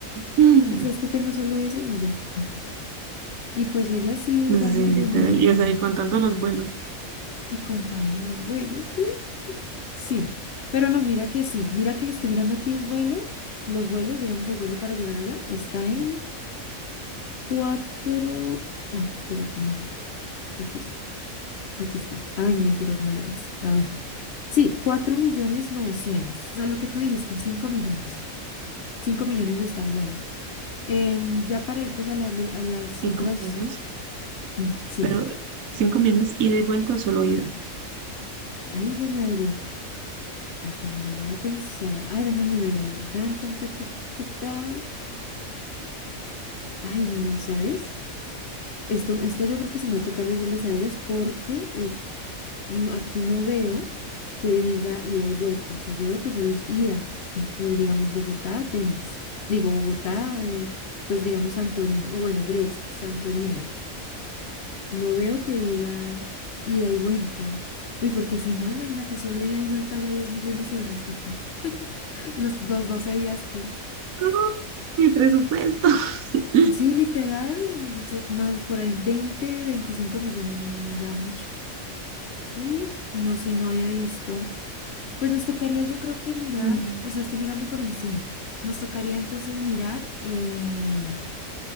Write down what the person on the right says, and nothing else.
<laughs>
Sí,
literal.
Y es ahí contando los vuelos,
5
millones.
Pero cinco millones ida y vuelta o solo ida.
No, mi presupuesto. <laughs>
Mm,